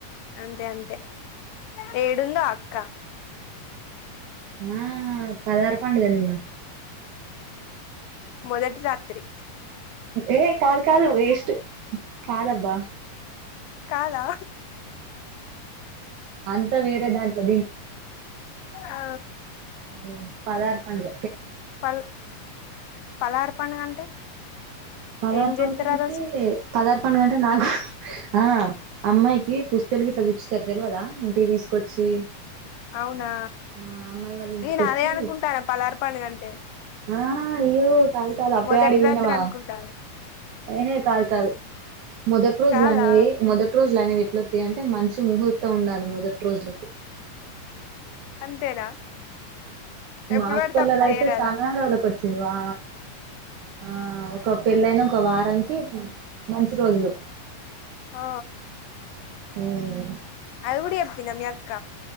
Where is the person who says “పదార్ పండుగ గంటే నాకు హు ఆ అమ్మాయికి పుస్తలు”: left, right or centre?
Right